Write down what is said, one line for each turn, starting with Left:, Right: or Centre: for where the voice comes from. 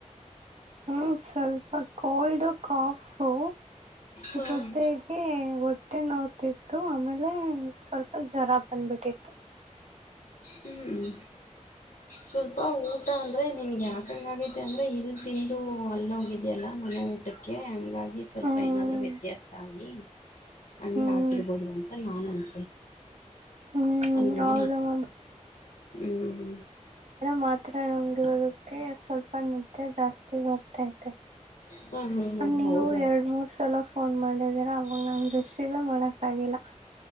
Right: ಹ್ಮ ಸ್ವಲ್ಪ ಕೋಲ್ಡ್ ಕಾಫು
Left: ಹಾಂ
Right: ಜೊತೆಗೆ ಹೊಟ್ಟೆ ನೋತಿತ್ತು ಆಮೇಲೆ ಸ್ವಲ್ಪ ಜ್ವರ ಬಂದ್ಬಿಟ್ಟಿತ್ತು
Left: ಹ್ಮ್ ಸ್ವಲ್ಪ ಊಟ ಅಂದ್ರೆ ನಿನ್ಗೆ ಯಾಕಂಗ ಆಗೈತಿ ಅಂದ್ರೆ ಇಲ್ ತಿಂದು ಅಲ್ಲ ಹೋಗಿದ್ಯಲ್ಲ ಮನ ಊಟಕ್ಕೆ ಹಂಗಾಗಿ ಸ್ವಲ್ಪ
Right: ಹ್ಮ್
Left: ಏನಾದ್ ವ್ಯತ್ಯಾಸ ಆಗಿ ಹಂಗ
Right: ಹ್ಮ್
Left: ಆಗಿರಬಹದು ಅಂತ ನಾನನ್ ಅ
Right: ಹ್ಮ್
Left: ಅಲ್ವಾ
Right: ಹೌದು ಮ್ಯಾಮ್
Left: ಹ್ಮ್
Right: ಮಾತ್ರ ನಗಿರೋದಕ್ಕೆ ಸ್ವಲ್ಪ ನಿದೆ ಜಾಸ್ತಿ ಬರ್ತೈತೆ
Left: ಹಾ ಹಾ ಹಾ
Right: ನೀವು
Left: ಹೌದಾ
Right: ಎರಡು ಮೂರು ಸಲ ಫೋನ್ ಮಾಡಿದೀರ ಅವಾಗ ನಾನು ರಿಸೀವೇ ಮಾಡಕ ಆಗಲ್ಲ